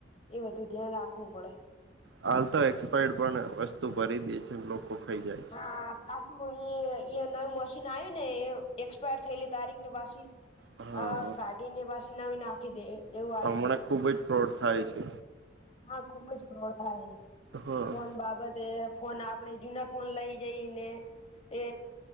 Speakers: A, on the left (about 35°); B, on the right (about 70°).
A: એ બધું ધ્યાન રાખવું પડે.
B: હાલ તો, એક્સપાયડ પણ વસ્તુ ભરી દે છે, લોકો ખાઈ જાય. છે.
A: હા, પાછું એ-એ નયું મશીન આવ્યું ને એક્સપાયર થયેલી તારીખ ને પાછી
B: હા
A: અ કાઢી ને પાછી નવી નાખી દે એવું આવ્યું
B: હમણાં
A: હે
B: ખુબ જ ફ્રોડ થાય છે.
A: હા, ખુબ જ ફ્રોડ થાય,
B: હા.
A: ફોન બાબતે ફોન આપણેે જુના ફોન લઈ જઈને, એ